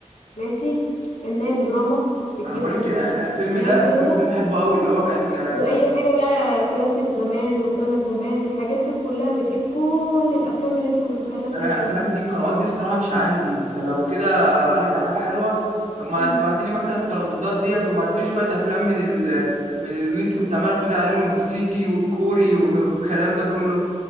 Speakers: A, on the left; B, on the right.
A: ماشي النايل دراما بتجيب
B: انا بقول
A: برضو
B: لك انا أنا الفيلم
A: نايل
B: ده
A: سينما
B: الفيلم ده بحبه قوي اللي هو كان
A: واي حاجه بقى كلاسيك زمان روتانا زمان الحاجات دي كلها بتجيب كل الافلام اللي انت متخيلها بتاعت
B: انا
A: زمان
B: الافلام دي القنوات دي الصراحه مش عندي فلو كده اقول لك على حاجه حلوه طب ما
A: مم.
B: تبعتي لي مثلا الترددات ديت وبعتي لي شويه افلام من ال... من اللي انت كنت عماله بتقولي عليهم المكسيكي والكوري والكلام ده كله